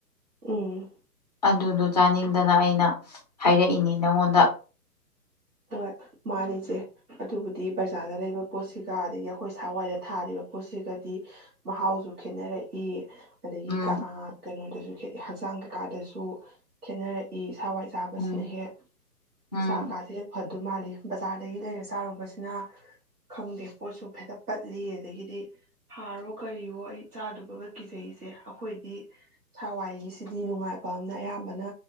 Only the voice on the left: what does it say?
ꯑꯗꯨꯗꯨ ꯆꯥꯅꯤꯡꯗꯅ ꯑꯩꯅ ꯍꯥꯏꯔꯛꯏꯅꯤ ꯅꯪꯉꯣꯟꯗ
ꯎꯝ
ꯎꯝ
ꯎꯝ